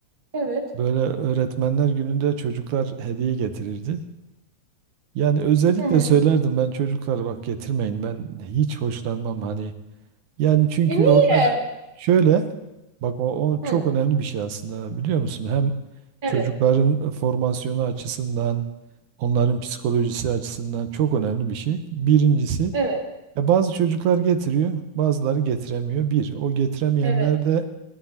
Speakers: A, on the right (about 20°); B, on the right (about 75°).
A: evet.
B: Böyle öğretmenler gününde çocuklar hediye getirirdi. Yani özellikle
A: Hı hı.
B: söylerdim ben çocuklar bak getirmeyin ben hiç hoşlanmam hani. Yani çünkü
A: E niye?
B: orada şöyle bak o, o çok
A: Hı,
B: önemli bir şey aslında biliyor musun? Hem
A: evet,
B: çocukların formasyonu açısından onların psikolojisi açısından çok önemli bir şey. Birincisi
A: evet,
B: ya bazı çocuklar getiriyor, bazıları getiremiyor. Bir, o getiremeyenlerde
A: evet.